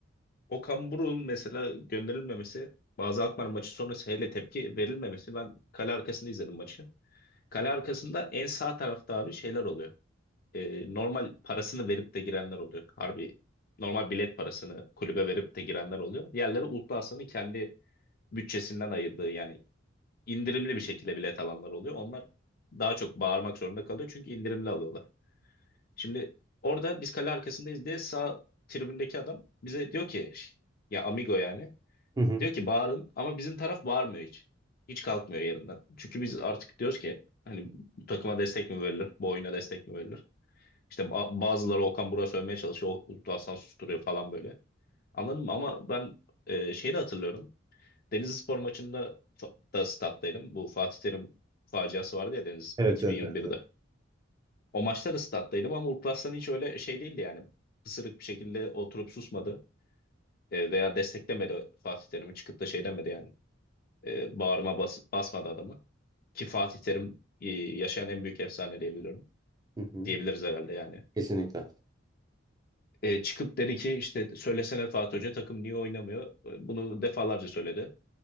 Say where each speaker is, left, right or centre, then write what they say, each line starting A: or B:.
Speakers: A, on the left; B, on the right.
A: Okan Buruk'un mesela gönderilmemesi bazı Alkmaar maçı sonrası hele tepki verilmemesi ben kale arkasında izledim maçı. Kale arkasında en sağ tarafta abi şeyler oluyor. e, normal parasını verip de girenler oluyor. Harbi normal bilet parasını kulübe verip de girenler oluyor. Diğerleri Ultrasa'nın kendi bütçesinden ayırdığı yani indirimli bir şekilde bilet alanlar oluyor. Onlar daha çok bağırmak zorunda kalıyor çünkü indirimli alıyorlar. Şimdi orada biz kale arkasındayız diye sağ tribündeki adam bize diyor ki ya amigo yani
B: Hı hı.
A: diyor ki bağırın ama bizim taraf bağırmıyor hiç. Hiç kalkmıyor yerinden. Çünkü biz artık diyoruz ki hani bu takıma destek mi verilir? Bu oyuna destek mi verilir? İşte ba- bazıları Okan Burak'ı sövmeye çalışıyor. O- Uludağ Hasan susturuyor falan böyle. Anladın mı? Ama ben e, şeyi de hatırlıyorum. Denizlispor maçında fa- da stat'taydım. Bu Fatih Terim faciası vardı ya Denizlispor
B: Evet,
A: 2021'de.
B: evet, evet. evet.
A: O maçta da stat'taydım ama Uludağ Hasan hiç öyle şey değildi yani. Pısırık bir şekilde oturup susmadı. E, veya desteklemedi Fatih Terim'i. Çıkıp da şey demedi yani. E, bağrıma bas basmadı adamı. Ki Fatih Terim e, yaşayan en büyük efsane diyebiliyorum.
B: Hı hı.
A: Diyebiliriz herhalde yani.
B: Kesinlikle.
A: E, çıkıp dedi ki işte söylesene Fatih Hoca takım niye oynamıyor? E, Bunu defalarca söyledi.